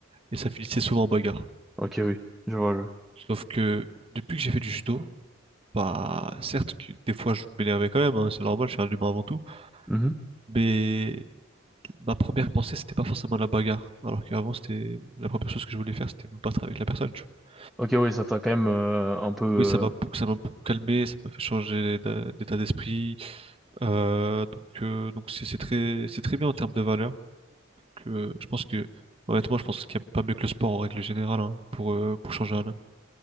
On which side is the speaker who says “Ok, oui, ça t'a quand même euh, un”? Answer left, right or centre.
Centre